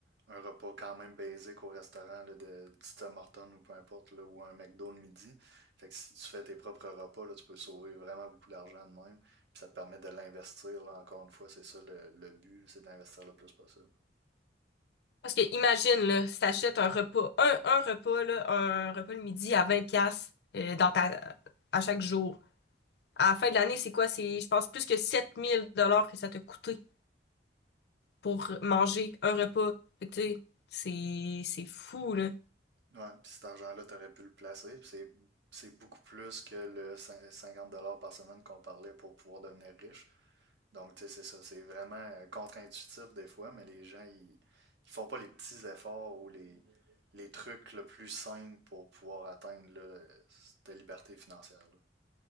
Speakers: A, on the right; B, on the left.
A: un repas quand même basique au restaurant là, de du Tim Hortons ou peu importe, là, ou un McDo le midi. Fait que si tu fais tes propres repas, là, tu peux sauver vraiment beaucoup d'argent de même. Puis ça te permet de l'investir, là, encore une fois, c'est ça le, le but, c'est d'investir le plus possible.
B: Parce que imagine, là, si t'achètes un repas, un, un repas, là, un repas le midi à 20 pièces dans ta, à chaque jour. À la fin de l'année, c'est quoi? C'est, je pense, plus que 7000 dollars que ça t'a coûté pour manger un repas. Fait que, tu sais, c'est, c'est fou, là.
A: Ouais, puis cet argent-là, tu aurais pu le placer. puis C'est, c'est beaucoup plus que le cin- 50 dollars par semaine qu'on parlait pour pouvoir devenir riche. Donc, tu sais, c'est ça. C'est vraiment euh, contre-intuitif des fois, mais les gens, ils, ils font pas les petits efforts ou les, les trucs le plus simples pour pouvoir atteindre là, le- cette liberté financière-là.